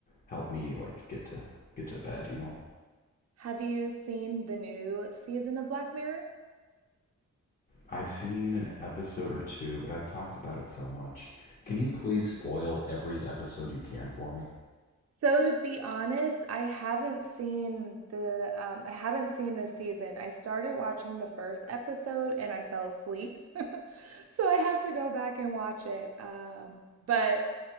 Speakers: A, on the left; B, on the right.
A: help me like get to get to bed. You know,
B: Have you seen the new season of Black Mirror?
A: I've seen an episode or two, but I've talked about it so much. Can you please spoil every episode you can for me?
B: So to be honest, I haven't seen the um I haven't seen this season. I started watching the first episode and I fell asleep. <laughs> So I have to go back and watch it. Um but